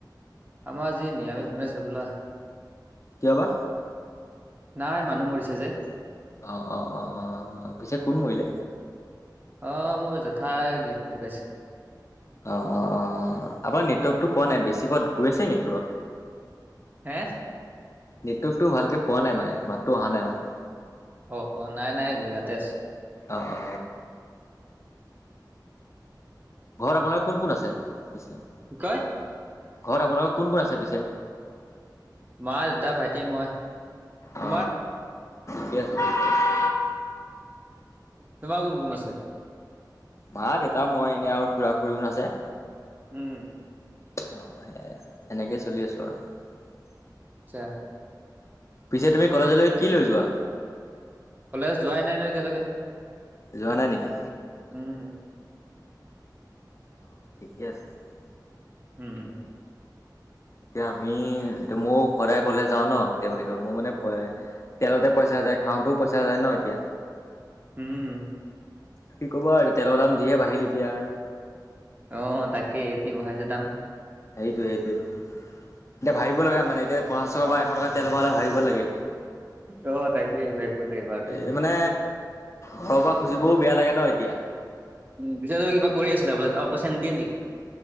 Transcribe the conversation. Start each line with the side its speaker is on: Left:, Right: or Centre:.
Right: আমাৰ আজি নিৰামিষ বনাইছে হ'বলা।
Left: কিয় বা?
Right: নাই, মানুহ মৰিছে যে।
Left: অ', অ', অ', অ', পিছে কোন মৰিলে?
Right: অ', মোৰ জেঠাই গিৰি ঢুকাইছে।
Left: অ', অ', আমাৰ নেটৱৰ্কটো পোৱা নাই বেছি ক'ত গৈ আছে নেকি দূৰত?
Right: হে
Left: নেটৱৰ্কটো ভালকে পোৱা নাই মানে, মাতটো অহা নাই ভালকে।
Right: অ অ নাই নাই ইয়াতে আছে।
Left: অ অ। ঘৰত আপোনালোকে কোন কোন আছে পিছে?
Right: কি কয়?
Left: ঘৰত আপোনালোকৰ কোন- কোন আছে পিছে?
Right: মা, দেউতা, ভাইটি, মই। তোমাৰ?
Left: অ ঠিকে আছে।
Right: তোমাৰ কোন কোন আছে?
Left: মা, দেউতা, মই এনে আৰু খুৰা খুৰীহত আছে।
Right: উম।
Left: অঁ সেইয়াই আৰ, সেনেকেই চলি আছোঁ আৰু।
Right: চ্চা
Left: পিছে তুমি কলেজলৈ কি লৈ যোৱা?
Right: কলেজ যোৱাই নাই নহয় এতিয়ালৈকে।
Left: যোৱা নাই নেকি?
Right: উম।
Left: অ ঠিকে আছে, ঠিকে আছে
Right: উম।
Left: এতিয়া আমি, এতিয়া ময়ো সদায় কলেজ যাও ন, কেতিয়াবা কেতিয়াবা মোৰ মানে পই তেলতে পইচা যায়, খাওঁতেও পইচা যায় ন, এতিয়া।
Right: হুম।
Left: কি কবা আৰু এতিয়া, তেলৰ দাম যিহে হে বাঢ়িল এতিয়া আৰু।
Right: অঁ, তাকেই যি বঢ়াইছে দাম।
Left: সেইটোৱে সেইটোৱে, এতিয়া ভাবিব লাগে মানে এতিয়া পঞ্চাশ টকা বা এশ টকা তেল ভৰালে ভাবিব লাগে এতিয়া।
Right: অ, তাকে ভাবিব লাগিব বাৰু তে।
Left: এই মানে, ঘৰৰ পৰা খুজিবও বেয়া লাগে ন এতিয়া।
Right: <inaudible> কিবা কৰি আছিলে বোলে, তাৰপৰা পইচা নিদিয়ে নেকি?